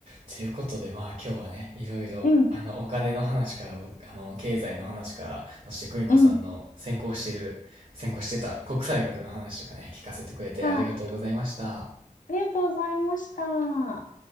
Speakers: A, on the right (about 60°); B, on the left (about 75°).
A: ということで、まあ今日はね、いろいろ、
B: うん、
A: あの、お金の話から、僕あの、経済の話から、そして久美子さんの専攻してる、
B: うん。
A: 専攻してた国際学の話とかね、聞かせてくれてありがとうございました。
B: はい。ありがとうございました。